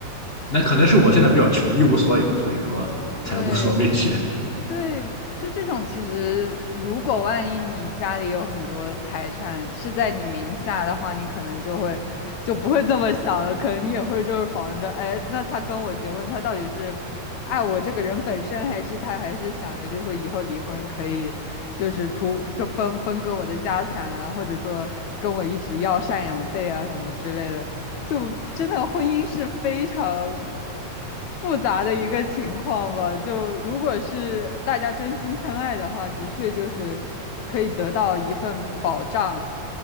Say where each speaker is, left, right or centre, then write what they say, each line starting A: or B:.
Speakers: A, on the left; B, on the left.
A: 那可能是我现在比较穷，一无所有，所以说才无所畏惧。
B: 对，
A: <laughs>
B: 对，就这种，其实如果万一你家里有很多财产是在你名下的话，你可能就会就不会这么想了，可能你也会就是防着，哎，那他跟我结婚，他到底是爱我这个人本身，还是他还是想着就是说以后离婚可以就是图个分分割我的家产啊，或者说跟我一直要赡养费啊什么之类的，就真的婚姻是非常复杂的一个情况吧。就如果是大家真心相爱的话，的确就是可以得到一份保障，